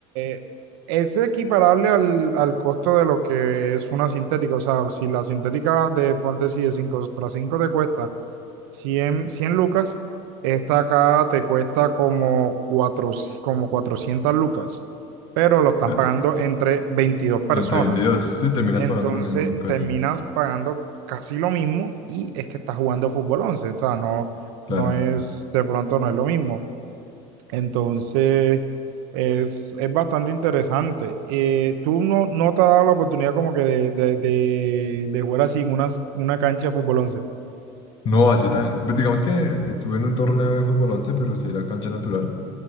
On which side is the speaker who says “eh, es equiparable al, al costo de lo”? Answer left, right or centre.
Right